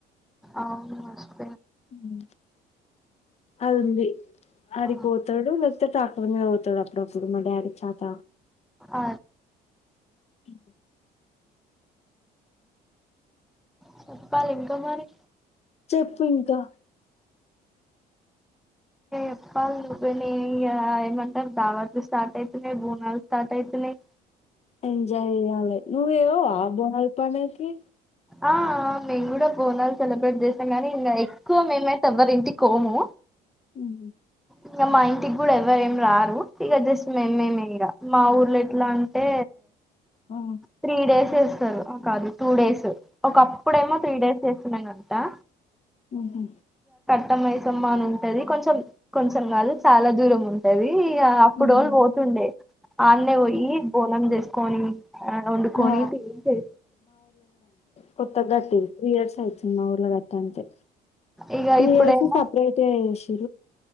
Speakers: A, in the centre; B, on the left.
A: అవును మ
B: మ్ అదుంది అడికిపోతాడు
A: ఆ,
B: లేకపోతే అ బండి మీద పోతాడు అప్పుడప్పుడు మా డాడీ చాత
A: అ
B: అ
A: చెప్పాలి ఇంక మరి
B: చెప్పు ఇంకా
A: చెప్పాల చపోయినా ఇ ఏమంటారు దావట్లు స్టార్ట్ అయితున్నాయి బోనాలు స్టార్ట్ అవుతున్నాయి
B: ఎంజాయ్ చేయాలే నువ్వు చేయవా బోనాల్ పండగకి
A: ఆ మేం కూడా బోనాలు సెలబ్రేట్ చేస్తాం కానీ ఇంకా ఎక్కువ మేమైతే ఎవ్వరి ఇంటికి పోము
B: మ్ హూ
A: ఇంగ మా ఇంటికి కూడా ఎవ్వరేం రారు ఇగ జస్ట్ మేమేమె ఇగ మా ఊర్లో ఎట్లా అంటే
B: ఆ
A: త్రీ డేస్ ఇస్తరూ కాదు టూ డేస్ ఒకప్పుడేమో త్రీ డేస్ చేస్తుండేనంటా
B: ఉహా
A: పట్టమైసమ్మా అని ఉంటది కొంచెం కొంచెం కాదు చాలా దూరం ఉంటది ఇగ అప్పుడోళ్ళు
B: ఉమ్.
A: పోతుండే ఆడన్నే పోయి బోనం చేసుకొని ఆ వండుకొని
B: ఆ
A: తినేసొస్తరు
B: కొత్తగా గట్టిది త్రీ ఇయర్స్ అయితు మా ఊర్లో గట్ట అంతే
A: ఇగ
B: త్రీ
A: ఇప్పుడేమో
B: ఇయర్స్ సెపరేటే చే